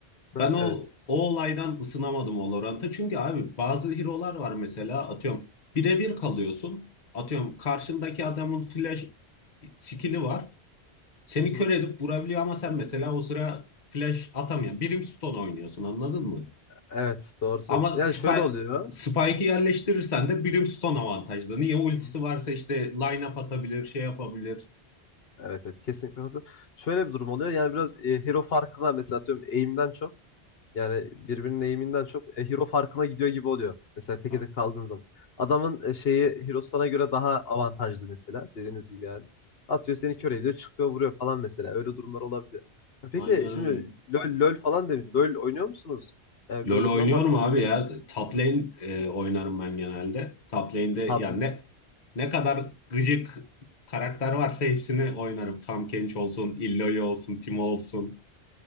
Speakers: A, on the left; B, on the left.
A: Ha,
B: Ben o
A: Evet.
B: o olaydan ısınamadım o Valorant'a. Çünkü abi bazı hero'lar var mesela atıyorum birebir kalıyorsun. Atıyorum karşındaki adamın flash skill'i var. Seni
A: Hı hı.
B: kör edip vurabiliyor ama sen mesela o sıra flash atamayan birim stun oynuyorsun anladın mı?
A: Evet, doğru söylüyorsun.
B: Ama Spike,
A: Yani şöyle oluyor.
B: Spike'ı yerleştirirsen de Brimstone avantajlı. Niye? Ultisi
A: Hı.
B: varsa işte line-up atabilir, şey yapabilir.
A: Evet evet kesinlikle katılıyorum. Şöyle bir durum oluyor. Yani biraz e, hero farkı mesela atıyorum aim'den çok. Yani birbirinin eğiminden çok e, hero farkına gidiyor gibi oluyor. Mesela teke
B: Ha,
A: tek kaldığın zaman. Adamın e, şeyi hero sana göre daha avantajlı mesela dediğiniz gibi yani. Atıyor seni kör ediyor çıkıyor vuruyor falan mesela. Öyle durumlar olabiliyor. Ha, Peki
B: aynen öyle.
A: şimdi LoL, LoL falan demiş. LoL oynuyor musunuz? Yani
B: LoL
A: biraz ondan
B: oynuyorum
A: bahsedelim.
B: abi ya. Top lane e, oynarım ben genelde. Top lane'de yani
A: Tab
B: ne ne kadar gıcık karakter varsa hepsini oynarım. Tahm olsun, Illaoi olsun, Timo olsun.